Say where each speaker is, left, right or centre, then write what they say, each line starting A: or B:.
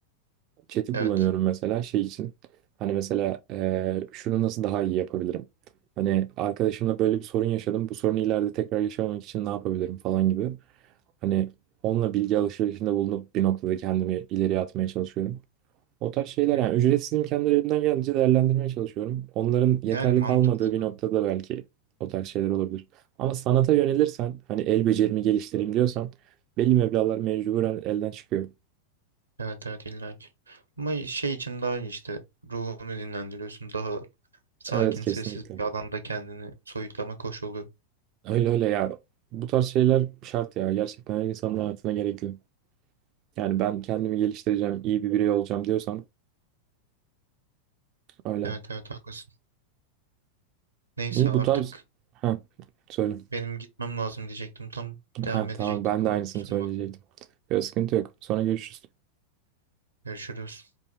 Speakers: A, on the right; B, on the right.
A: Chat'i
B: Evet.
A: kullanıyorum mesela şey için. Hani mesela eee, şunu nasıl daha iyi yapabilirim? Hani arkadaşımla böyle bir sorun yaşadım. Bu sorunu ileride tekrar yaşamamak için ne yapabilirim falan gibi. Hani onunla bilgi alışverişinde bulunup bir noktada kendimi ileriye atmaya çalışıyorum. O tarz şeyler
B: Hı.
A: yani ücretsiz imkanları elimden geldiğince değerlendirmeye çalışıyorum. Onların yeterli
B: Yani mantıklı
A: kalmadığı
B: zaten.
A: bir noktada belki o tarz şeyler olabilir. Ama sanata yönelirsen hani el becerimi geliştireyim diyorsan belli meblağlar mecburen elden çıkıyor.
B: Evet evet illa ki. Ama şey için daha iyi işte. Ruhunu dinlendiriyorsun. Daha sakin
A: Evet kesinlikle.
B: sessiz bir alanda kendini soyutlamak hoş oluyor.
A: Öyle öyle ya. Bu tarz şeyler şart ya. Gerçekten her insanın hayatına gerekli. Yani ben kendimi geliştireceğim, iyi bir birey olacağım diyorsan öyle.
B: Evet evet haklısın. Neyse
A: İyi
B: artık
A: bu tarz... Ha, söyle.
B: benim gitmem lazım diyecektim. Tam devam
A: Ha,
B: edecektim
A: tamam ben
B: ama
A: de aynısını
B: kusura
A: söyleyecektim.
B: bakma.
A: Yok, sıkıntı yok. Sonra görüşürüz.
B: Görüşürüz.